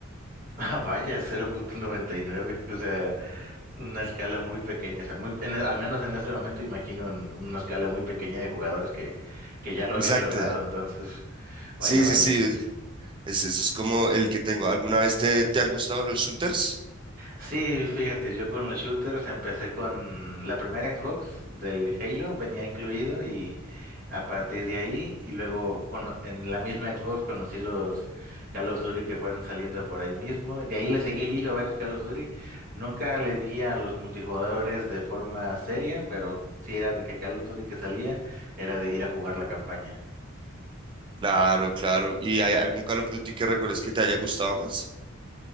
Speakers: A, on the right; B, on the right.
A: Ah, Vaya, cero punto noventa y nueve, O sea, una escala muy pequeña. O sea, muy, en el- al menos en ese momento imagino en una escala muy pequeña de jugadores que, que ya lo
B: Exacto.
A: habían logrado. Entonces,
B: Sí,
A: vaya, vaya.
B: sí, sí, es, eso es como el que tengo. ¿Alguna vez te, te han gustado los shooters?
A: Sí, fíjate, yo con los shooters empecé con la primera Xbox del Halo, venía incluido y a partir de ahí y luego cono- en la misma Xbox conocí los Call of Duty que fueron saliendo por ahí mismo. y De ahí le seguí el hilo a varios Call of Duty. Nunca le di a los multijugadores de forma seria, pero sí era de que Call of Duty que salía era de ir a jugar la campaña.
B: Claro, claro. ¿Y hay algún Call of Duty que recuerdes que te haya gustado más?